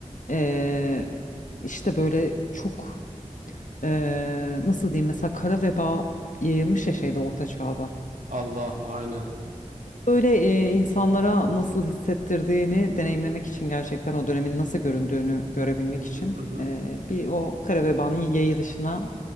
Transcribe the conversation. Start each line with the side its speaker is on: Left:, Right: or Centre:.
Left: E, işte böyle çok e, nasıl diyeyim mesela kara veba yayılmış ya şeyde orta çağda.
Right: Allah aynen.
Left: Böyle e, insanlara nasıl hissettirdiğini deneyimlemek için gerçekten o dönemin nasıl göründüğünü görebilmek
Right: Hı hı
Left: için
Right: hı. hı.
Left: e, bir o kara vebanın yayılışına